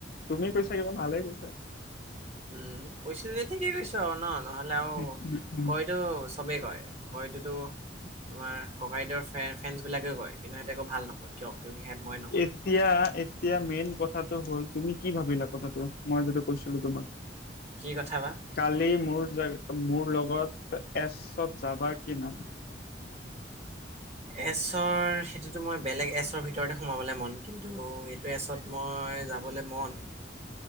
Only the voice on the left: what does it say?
তুমি কৈছা কিবা ভালেই কৈছা
উম উম উম
এতিয়া এতিয়া মেইন কথাটো হল তুমি কি ভাবিলা কথাটো মই যিটো কৈছিলো তোমাক
কালি মোৰ জ মোৰ লগত ত এ চব যাবা কি নাই